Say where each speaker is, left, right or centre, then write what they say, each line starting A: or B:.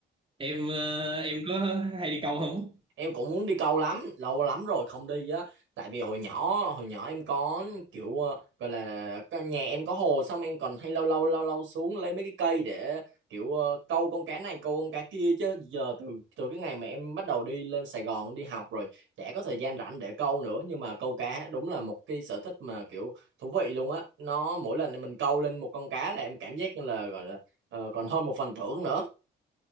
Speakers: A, on the right; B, on the right.
A: em ờ, em có hay đi câu không
B: em cũng muốn đi câu lắm lâu lắm rồi không đi á tại vì hồi nhỏ hồi nhỏ em có kiểu ờ, gọi là có- nhà em có hồ xong em còn hay lâu lâu lâu lâu xuống lấy mấy cái cây để kiểu ờ, câu con cá này câu con cá kia chứ giờ từ từ cái ngày mà em bắt đầu đi lên Sài Gòn đi học rồi chả có thời gian rảnh để câu nữa nhưng mà câu cá đúng là một cái sở thích mà kiểu thú vị luôn á nó mỗi lần mình câu lên một con cá là em cảm giác như là gọi là ờ, còn hơn một phần thưởng nữa